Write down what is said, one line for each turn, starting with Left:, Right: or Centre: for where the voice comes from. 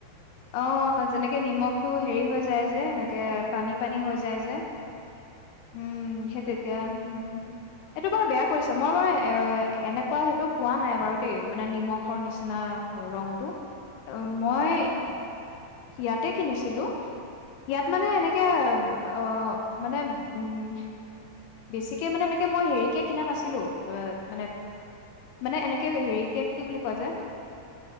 Left: অ' তাত যেনেকে নিমখ টো হেৰি হৈ যায় যে এনেক পানী পানী হৈ যায় যে উম, সেই তেতিয়া হ এইটো বাৰু বেয়া কৰিছে। মই বাৰু এ এনেকুৱা সেইটো পোৱা নাই বাৰু দেই মানে নিমখৰ নিচিনা ৰংটো মই
Right: অ',
Left: ইয়াতে কিনিছিলোঁ। ইয়াত
Right: অ',
Left: মানে এনেকে
Right: অ',
Left: অ', মানে উম বেছিকে মানে এনেকে মই হেৰিকে কিনা নাছিলোঁ। অ', মানে মানে এনেকে হেৰিকে কি বুলি কয় যে